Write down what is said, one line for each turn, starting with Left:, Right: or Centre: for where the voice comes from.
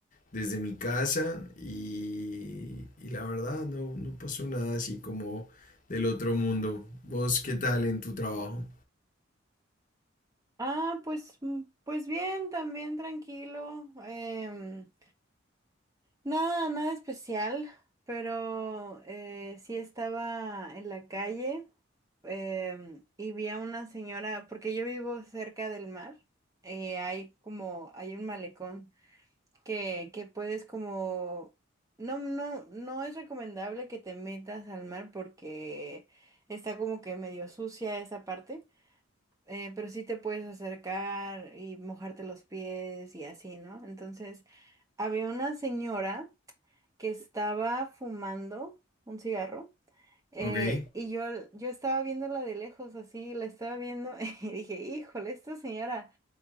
Left: desde mi casa y, y la verdad no, no pasó nada así como del otro mundo. ¿Vos qué tal en tu trabajo?
Right: Ah, pues mm, pues bien, también tranquilo. em, Nada, nada especial, pero eh, sí estaba en la calle em, y vi a una señora, porque yo vivo cerca del mar, eh, hay como, hay un malecón que, que puedes como, no, no, no es recomendable que te metas al mar porque está como que medio sucia esa parte, eh, pero sí te puedes acercar y mojarte los pies y así, ¿no? Entonces, había una señora que estaba fumando un cigarro eh,
Left: Ok,
Right: y yo, al- yo estaba viéndola de lejos, así, la estaba viendo <laughs> y dije, híjole, esta señora,